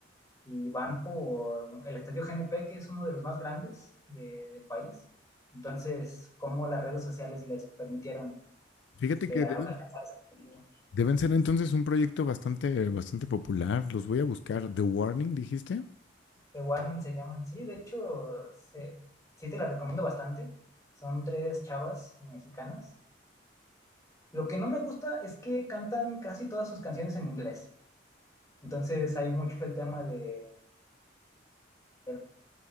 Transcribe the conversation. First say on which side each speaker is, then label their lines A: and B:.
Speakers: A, on the left (about 20°); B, on the left (about 70°).
A: Y van por el Estadio GNP, que es uno de los más grandes de- del país. Entonces, ¿cómo las redes sociales les permitieron
B: Fíjate
A: este,
B: que
A: a-
B: debes
A: alcanzar ese objetivo?
B: Deben ser entonces un proyecto bastante, bastante popular. Los voy a buscar. The Warning, dijiste.
A: The Warning se llaman. Sí, de hecho, se- sí te las recomiendo bastante. Son tres chavas eh, mexicanas Lo que no me gusta es que cantan casi todas sus canciones en inglés. Entonces hay mucho el tema de... de-